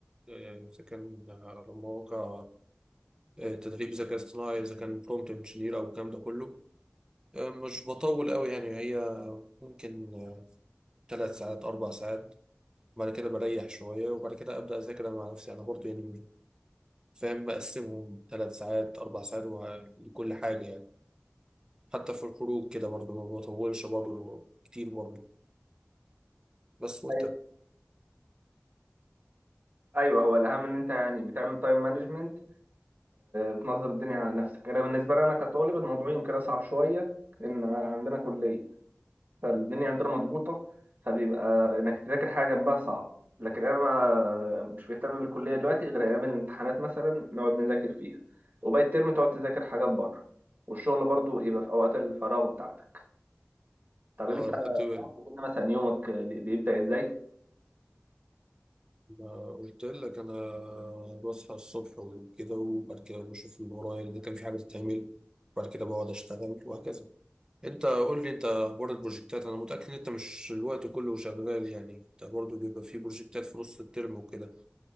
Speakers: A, on the right; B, on the right.
A: آه، يعني اذا كان على مواقع تدريب ذكاء اصطناعي اذا كان برومبت انجينير او الكلام ده كله آه، مش بطول قوي يعني هي ممكن آه، ثلاث ساعات اربع ساعات بعد كده بريح شويه وبعد كده ابدا اذاكر أنا مع نفسي انا برضه يعني مش- فاهم مقسمهم ثلاث ساعات اربع ساعات وه- لكل حاجه يعني حتى في الخروج كده برضه ما بطولش برضه كتير برضه بس وانت
B: أيوه أيوه هو الأهم إن أنت يعني بتعمل تايم مانجمنت بتنظم الدنيا على نفسك أنا بالنسبة لي أنا كطالب الموضوع يمكن أصعب شوية إن عندنا كلية فالدنيا عندنا مضغوطة فبيبقى إنك تذاكر حاجة جنبها صعبة لكن أنا مش مهتم بالكلية دلوقتي غير أيام الامتحانات مثلا نقعد نذاكر فيها وباقي الترم تقعد تذاكر حاجات بره والشغل برضو يبقى في أوقات الفراغ بتاعتك طب
A: اه
B: أنت
A: انا خدت بالي
B: تعرف قلنا مثلا يومك بي- بيبدأ إزاي؟
A: ما قلت لك انا بصحى الصبح وكده وبعد كده بشوف اللي ورايا اذا كان في حاجه تتعمل وبعد كده بقعد اشتغل وهكذا انت قول لي انت اخبار البروجكتات انا متاكد ان انت مش الوقت كله شغال يعني انت برضو بيبقى في بروجكتات في نص الترم وكده